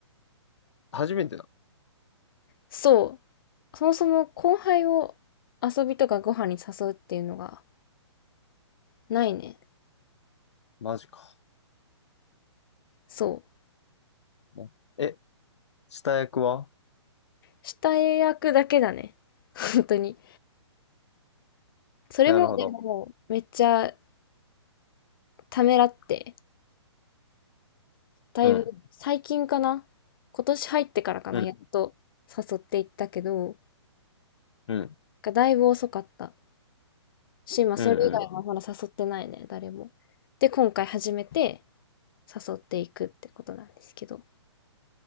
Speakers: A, on the left; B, on the left.
A: 初めてだ。
B: そう。そもそも後輩を遊びとかご飯に誘うっていうのがないね。
A: マジか。
B: そう。
A: ねえ、下役は
B: 下役だけだね。<laughs> 本当に。それもでも、
A: なるほど。
B: めっちゃためらってだいぶ最近かな今年入ってからかなやっと誘っていったけど
A: うん。うん。うん。
B: がだいぶ遅かったし、まあ、
A: うんう
B: それ以外はまだ誘ってないね誰もで今回初めて誘っていくってことなんですけど